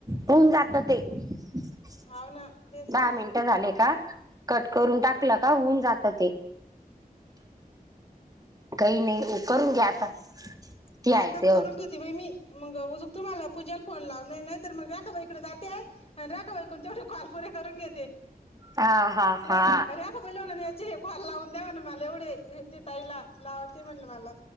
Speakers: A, on the right; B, on the left.
A: होऊन जात. ते दहा
B: हाव ना तेच ना मग
A: मिनट झाले का? कट करून
B: हम्म
A: टाकलं का? होऊन जात. ते काही नाही उ करून घ्या आता! ती
B: हा
A: आहे
B: तरच
A: ते
B: करून घेते बा मी, मग उजक तुम्हाला पूजाला फोन लावून ना? तर मग राखबाईकडडे जाते. आणि राखबाईकून तेवढे कॉल पुरे करून घेते.
A: हा हा हा
B: रा! रा! !- ब याचे खला लावून द्यावा ना? मला एवढे, ते ताईला लावायचे म्हणलं मला!